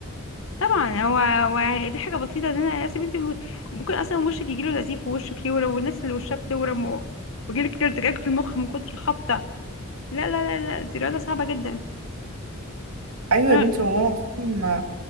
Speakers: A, on the left; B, on the right.
A: طبعا هو هو دي حاجه بسيطه ان انا اصلا انت ممكن اصلا وشك يجيله نزيف ووشك يورم والناس اللي وشها بتورم و- ويجيلك كده ارتجاج في المخ من كتر الخبطه لا لا لا لا دي رياضه صعبه جدا
B: ايوه
A: أنا
B: يا بنتي والله العظيم آه،